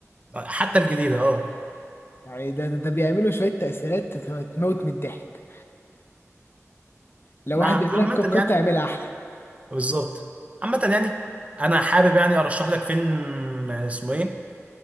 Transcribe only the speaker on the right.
حتى الجديده اه
انا
عامه
يعني
بالظبط عامه يعني انا حابب يعني ارشح لك فيلم آه، اسمه ايه